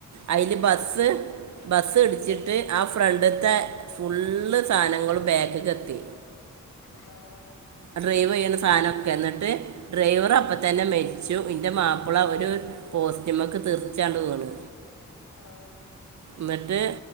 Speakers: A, on the right; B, on the left.
A: അയില് ബസ്
B: ആഹ്
A: ബസ്സ് ഇടിച്ചിട്ട് ആഹ് ഫ്രണ്ട്ത്തെ ഫുള്ള് സാധനങ്ങളും ബാക്ക്ക്കെത്തി
B: അള്ളാ
A: ഡ്രൈവെയ്യുന്ന സാനൊക്കെ ന്ന്ട്ട് ഡ്രൈവർ അപ്പ
B: ഉം
A: തന്നെ മരി ച്ചു ഇന്റെ മാപ്പിള ഒരു പോസ്റ്റിമ്മക്ക് തെർച്ചാണ്ട് വ്ണ്
B: ഹൌ
A: ന്ന്ട്ട്